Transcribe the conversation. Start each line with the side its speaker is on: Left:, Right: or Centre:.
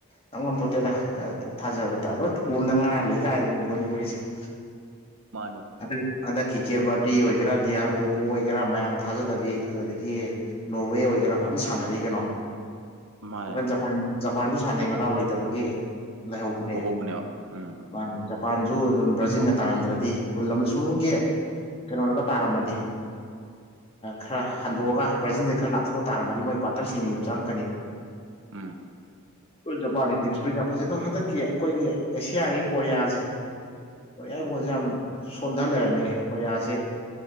Left: ꯇꯝꯉꯝꯄꯣꯠꯇꯦꯗ ꯊꯥꯖꯗꯕ ꯀꯣꯝꯗ ꯉꯥ ꯂꯩ ꯀꯥꯏ ꯗꯨꯅꯦ ꯕꯣꯟꯒꯤ ꯋꯥꯔꯤꯁꯦ ꯫
Right: ꯃꯥꯅꯦ
Left: ꯍꯟꯗꯛ ꯍꯟꯗꯛꯀꯤ ꯀꯦꯕꯔꯗꯤ ꯑꯣꯏꯒꯦꯔꯥ ꯗꯤꯌꯥꯔ ꯀꯣꯡꯒꯨ ꯑꯣꯏꯒꯦꯔꯥ ꯃꯌꯥꯝꯅ ꯊꯥꯖꯗꯕꯤ ꯑꯗꯨꯗꯒꯤ ꯅꯣꯔꯋꯦ ꯑꯣꯏꯒꯦꯔꯥ ꯐꯖꯅ ꯁꯥꯟꯅꯔꯤ ꯀꯩꯅꯣ
Right: ꯃꯥꯅꯦ
Left: ꯏꯚꯟ ꯖꯄꯥꯟ ꯖꯄꯥꯟꯁꯨ ꯁꯥꯟꯅꯩ ꯃꯗꯥꯎ ꯂꯩꯇꯕꯒꯤ ꯂꯩꯍꯧꯕꯅꯦ
Right: ꯍꯧꯕꯅꯦꯕ ꯎꯝ
Left: ꯃꯥꯅꯦ ꯖꯄꯥꯟꯁꯨ ꯑꯗꯨꯝ ꯕ꯭ꯔꯥꯖꯤꯟꯒ ꯇꯥꯍꯟꯗ꯭ꯔꯗꯤ ꯐꯨꯜ ꯑꯃꯁꯨ <unintelligible> ꯀꯩꯅꯣꯗꯒ ꯇꯥꯔꯝꯃꯗꯤ ꯈꯔ ꯍꯟꯗꯣꯛꯑꯒ ꯕ꯭ꯔꯥꯖꯤꯟꯗ ꯈꯔ ꯂꯥꯞꯊꯣꯛꯄ ꯇꯥꯔꯃꯗꯤ ꯃꯣꯏ ꯀ꯭ꯋꯥꯇꯔ ꯁꯤꯃꯤꯗ ꯆꯪꯉꯛꯀꯅꯦꯕ
Right: ꯎꯝ
Left: ꯖꯄꯥꯟꯒꯤ ꯇꯤꯝ ꯏꯁꯄ꯭ꯔꯤꯠ ꯌꯥꯝ ꯐꯖꯦꯗꯣ ꯍꯟꯗꯛꯀꯤ ꯑꯩꯈꯣꯏꯒꯤ ꯑꯦꯁꯤꯌꯥꯒꯤ ꯀꯣꯔꯤꯌꯥꯁꯦ ꯀꯣꯔꯤꯌꯥꯒꯤ ꯕꯣꯟꯁꯦ ꯌꯥꯝ ꯁꯣꯟꯊ ꯂꯩꯔꯝꯃꯦꯅꯦ ꯀꯣꯔꯤꯌꯥꯁꯤꯦ